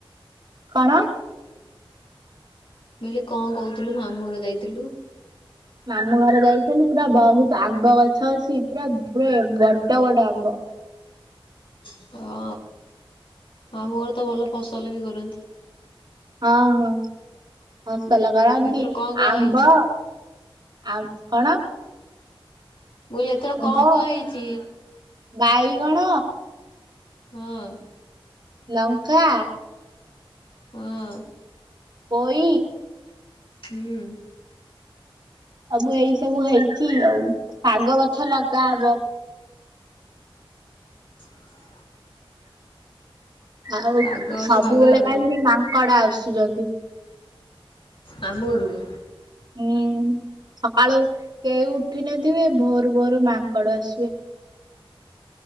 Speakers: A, on the right; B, on the left.
A: କଣ?
B: ମୁଁ କହିଥିଲି କଣ କହୁଥିଲୁ ମାମୁଁ ଘରକୁ ଯାଇଥିଲୁ।
A: ମାମୁଁ ଘରେ ଯାଇଥିଲୁ ପୁରା ବହୁତ ଆମ୍ବ ଗଛ ଅଛି, ପୁରା ପୁରା ବଡ ବଡ ଆମ୍ବ।
B: <inaudible> ହଁ ମାମୁଁ ଘର ତ ଭଲ ଫସଲ ବି କରନ୍ତି।
A: ହଁ ହଁ। ଫସଲ କରନ୍ତି
B: ଏଥର କଣ କଣ
A: ଆମ୍ବ
B: ହେଇଛି
A: ଆମ୍ କଣ?
B: ବୋଇଲେ ଏଥର
A: ଆମ୍ବ
B: କଣ କଣ ହେଇଚି?
A: ବାଇଗଣ।
B: ହଁ।
A: ଲଙ୍କା।
B: ହଁ।
A: ପୋଇ।
B: ହୁଁ।
A: ଆବୁ ଏଇ ସବୁ ହେଇଚି ଆଉ ଶାଗ ଗଛ ଲଗା ହବ।
B: <inaudible>
A: ଆଉ
B: ଶାଗ ଗଛ
A: ସବୁବେଳେ
B: ଲଗାହବ
A: ଖାଲି ମାଙ୍କଡ ଆସୁ ଛନ୍ତି।
B: ମାମୁଁ ଘରକୁ
A: ହୁଁ ସକାଳୁ କେହି ଉଠ ନେଥିବେ ଭୋରୁ ଭୋରୁ ମାଙ୍କଡ ଆସିବେ।